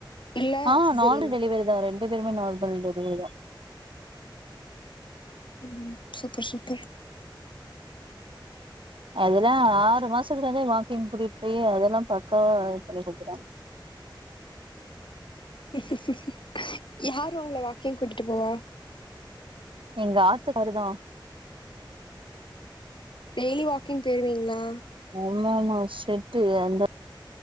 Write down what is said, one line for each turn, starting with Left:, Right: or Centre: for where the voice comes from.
Left: இல்ல
Right: ஆஹ்
Left: சிசேரியனா
Right: நார்மல் டெலிவர்தான் ரே எ பெருமே நர்மல்டெலவரிதான்
Left: உம் சூப்பர் சூப்பர்
Right: அதெல்லா ஆறு மாசத்துலே வாக்கிங் கூட்டிட்டு போய் அதெல்லா பக்காவா பண்ணி கொடுத்துறாங்க
Left: <inaudible> யாரு உங்கள வாக்கிங் கூட்டிட்டு போவா
Right: எங்க ஆத்துக்காருதான்
Left: டெய்லி வாக்கிங் போயிருவீங்களா
Right: ஆமா ஆமா செட்டு அந்த